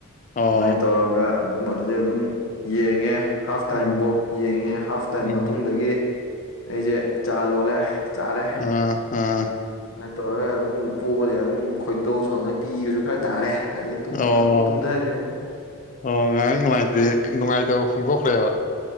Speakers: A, on the left; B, on the left.
A: ꯑꯣ
B: ꯑꯗꯨꯃꯥꯏꯅ ꯇꯧꯔꯒ ꯑꯗꯨꯝ ꯑꯗꯨꯗꯩ ꯑꯗꯨꯝ ꯌꯦꯡꯉꯦ ꯍꯥꯐ
A: ꯎꯝ
B: ꯇꯥꯏꯝꯐꯧ ꯌꯦꯡꯉꯦ ꯍꯥꯐ ꯇꯥꯏꯝ
A: ꯎꯝ
B: ꯃꯇꯨꯡꯗꯒꯤ ꯑꯩꯁꯦ ꯆꯥ ꯂꯣꯜꯂꯦ ꯆꯥꯔꯦ
A: ꯑꯥ ꯑꯥ
B: ꯑꯗꯥꯢꯅ ꯇꯧꯔꯒ ꯑꯗꯨꯝ ꯄꯣꯕꯗꯒꯤ ꯑꯗꯨꯝ ꯈꯣꯏꯗꯧ ꯁꯥꯎꯗꯅ ꯄꯤꯒꯁꯨ ꯈꯔ ꯇꯥꯔꯦ ꯑꯗꯩ ꯑꯗꯨꯝ
A: ꯑꯣ
B: ꯇꯨꯝꯊꯈ꯭ꯔꯦ
A: ꯑꯣ ꯉꯔꯡ ꯅꯨꯡꯉꯥꯏꯇꯦ ꯅꯨꯡꯉꯥꯏꯇꯕ ꯐꯣꯡꯗꯣꯛꯈ꯭ꯔꯦꯕ